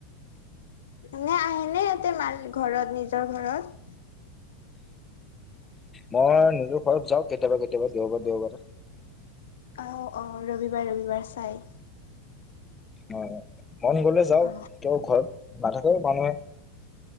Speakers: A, on the left; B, on the left.
A: নে আহেনে মা হঁতে, মাৰ ঘৰত নিজৰ ঘৰত?
B: মই নিজৰ ঘৰত যাওঁ কেতিয়াবা- কেতিয়াবা দেওবাৰে- দেওবাৰে।
A: অ, ৰবিবাৰ- ৰবিবাৰ চাই।
B: অ, মন গ'লে যাওঁ,
A: অ
B: ত, ঘৰত নাথাকে মানুহে।